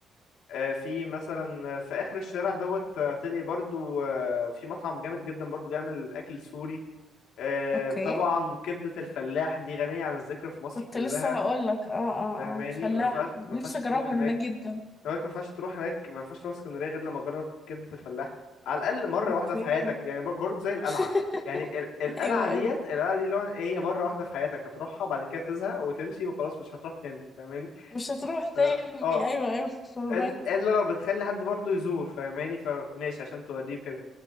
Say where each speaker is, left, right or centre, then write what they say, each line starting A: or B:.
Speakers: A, on the left (about 85°); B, on the left (about 35°).
A: آه، في مثلا في اخر الشارع دوت آه، تلاقي برضو آه، في مطعم جامد جدا برضو بيعمل اكل سوري آه،
B: اوكي
A: طبعا كبدة الفلاح دي غنية عن الذكر في مصر
B: كنت
A: كلها
B: لسه هقول لك اه اه
A: فاهماني
B: اه الفلاح
A: ما ينفعش ما
B: نفسي
A: ينفعش
B: اجربه
A: تروح هناك
B: من هناك جدا
A: أنا بقولك ما ينفعش تروح هناك ما ينفعش تروح اسكندرية غير لما تجرب كبدة الفلاح على الاقل مرة
B: اوكي
A: واحدة في حياتك يعني بر- برضو زي القلعة
B: <laughs>
A: يعني ال- القلعة
B: ايوه
A: ديت
B: ايوه
A: القلعة دي اللي هو إيه، هي مرة واحدة في حياتك هتروحها بعد كده تزهق وتمشي وخلاص مش هتروح تاني فاهماني
B: مش هتروح تاني
A: ف- اه
B: ايوه ايوه فهمك
A: إل- الا لو بتخلي حد برضو يزور فاهماني فماشي عشان توريه وكده